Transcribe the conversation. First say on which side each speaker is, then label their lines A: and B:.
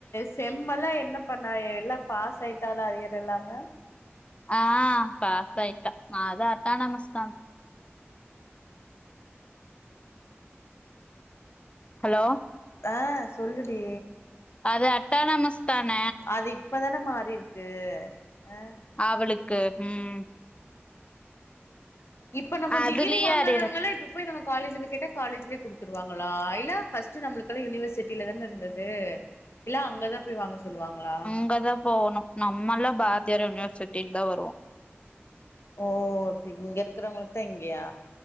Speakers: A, on the left; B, on the left.
A: செம்மெல்லா என்ன பண் ணா எல்லா பாஸ் ஆய்ட்டாலா அரியர் இல்லாம
B: ஆ பாசா யிட்டா அது அட்டானமஸ்தா ஹலோ
A: ஆ சொல்லுடி
B: அது அட்டானமஸ்தானன
A: அது இப்பதான மாறிருக்கு அ
B: அவளுக்கு ம்
A: இப்ப நம்ம
B: அதுலயே
A: டிகிரி வாங்னாதவுங்களா
B: அரியரச்சு
A: இப்ப போய் நம்ம காலேஜ்ல கேட்டா காலேஜ்லே குடுத்துருவாங்களா இல்ல ஃபஸ்ட்டு நம்ளுக்கெலா யுனிவர்சிட்டில தான இருந்து து இல்ல அங்கதா போய் வாங்க சொல்லுவாங்களா
B: அங்கதா போகணு நம்மலா பாரதியார் யூனிவர்சிட்டிக்கு தா வருவோ
A: ஓ இப்ப இங்கருக்கறவ்ங்களுக்கு தா இங்கயா